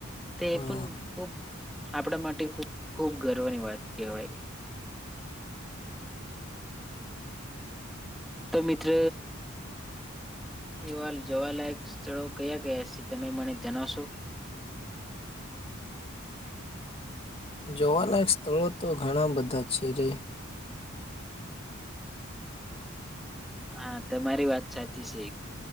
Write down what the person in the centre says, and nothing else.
તે
એ પણ ખૂબ આપણા માટે ખુ ખૂબ ગર્વની વાત કહેવાય તો મિત્ર એવા જવાલાયક સ્થળો કયા કયા છે તમે મને જણાવશો
હા તમારી વાત સાચી છે